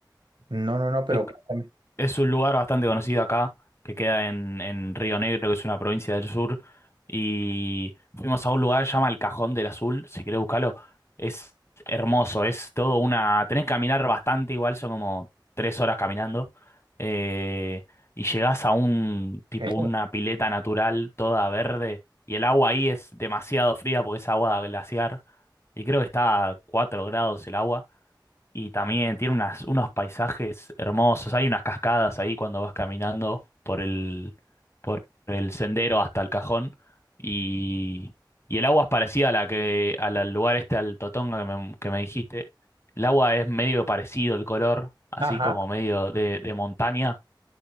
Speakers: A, on the right; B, on the left.
A: no, no, no, pero...
B: Es,
A: cuéntame,
B: Es un lugar bastante conocido acá, que queda en, en Río Negro, que es una provincia del sur. Y fuimos a un lugar que se llama El Cajón del Azul, si querés buscarlo. Es hermoso, es todo una... Tenés que caminar bastante, igual son como tres horas caminando. eh, y llegás a un tipo,
A: ¿qué?
B: una pileta natural, toda verde. Y el agua ahí es demasiado fría porque es agua glaciar. Y creo que está a 4 grados el agua. Y también tiene unas, unos paisajes hermosos. Hay unas cascadas ahí cuando vas caminando por el, por el sendero hasta el cajón. Y, y el agua es parecida a la que, al, al lugar este, al Totonga que me, que me dijiste. El agua es medio parecido el color, así
A: Ajá,
B: como medio de, de montaña.